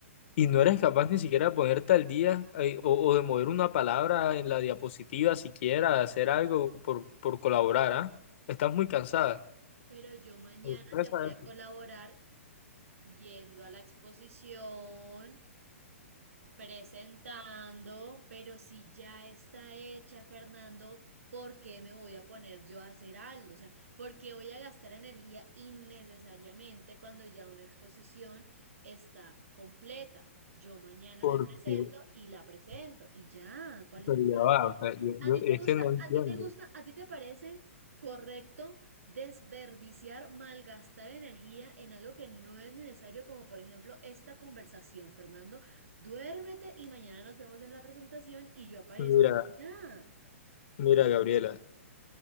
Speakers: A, on the left (about 55°); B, on the right (about 80°).
A: Y no eres capaz ni siquiera de ponerte al día eh, o, o de mover una palabra en la diapositiva siquiera, de hacer algo por, por colaborar, ¿ah? Estás muy cansada.
B: Pero yo mañana
A: Sorpresa
B: te voy a
A: eso.
B: colaborar yendo a la exposición. presentando, pero si ya está hecha, Fernando, ¿por qué me voy a poner yo a hacer algo? O sea, ¿por qué voy a gastar energía innecesariamente cuando ya una exposición está completa? Yo mañana
A: Porque,
B: me presento y la presento y ya, ¿cuál es
A: pero
B: el
A: ya va, o sea, yo, yo-
B: ¿A ti te
A: es
B: gusta,
A: que no entiendo.
B: a ti te gusta, a ti te parece correcto desperdiciar, malgastar energía en algo que no es necesario, como por ejemplo esta conversación, Fernando? Duérmete y mañana nos vemos en la presentación y yo aparezco.
A: Mira,
B: Ya.
A: mira, Gabriela,